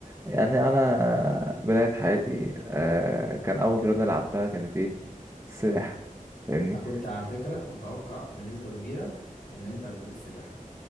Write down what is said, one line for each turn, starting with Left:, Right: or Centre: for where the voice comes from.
Right: يعني انا بداية حياتي آه كان اول رياضة لعبتها كانت ايه السباحة فاهمني
Left: أنا كنت على فكرة متوقع بنسبة كبيرة إن أنت هتقول السباحة